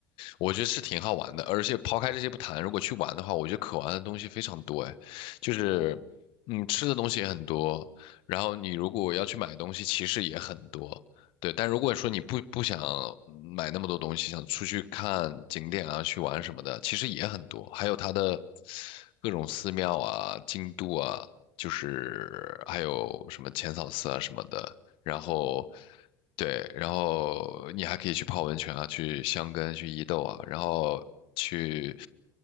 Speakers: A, on the left; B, on the right.
A: 我觉得是挺好玩的，而且抛开这些不谈，如果去玩的话，我觉得可玩的东西非常多，哎，就是
B: 嗯
A: 嗯，吃的东西也很多，然后你如果要去买东西，其实也很多，对。但如果说你不不想嗯买那么多东西，想出去看景点啊，去玩什么的，其实也很多，还有它的各种寺庙啊、京都啊，就是还有什么浅草寺啊什么的。然后
B: 哦
A: 对，然后你还可以去泡温泉啊，去箱根、去伊豆啊，然后去
B: 嗯，